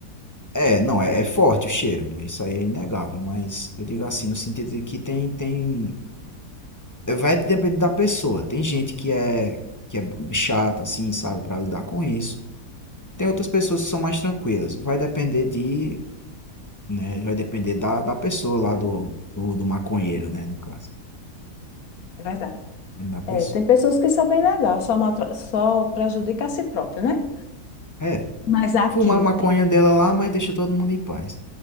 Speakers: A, on the left; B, on the left.
A: é, não é, é forte o cheiro, né? Isso aí é inegável, mas eu digo assim no sentido de que tem tem Vai depender da pessoa. Tem gente que é que é chata, assim, sabe, para lidar com isso. Tem outras pessoas que são mais tranquilas. Vai depender de, né? Vai depender da, da pessoa lá do, do, do maconheiro, né? No caso,
B: é verdade.
A: É da pessoa.
B: É, tem pessoas que são bem legais, só, maltra- só prejudica a si próprio, né?
A: É,
B: Mas aqui,
A: fumar a maconha
B: tem,
A: dela lá, mas deixa todo mundo em paz.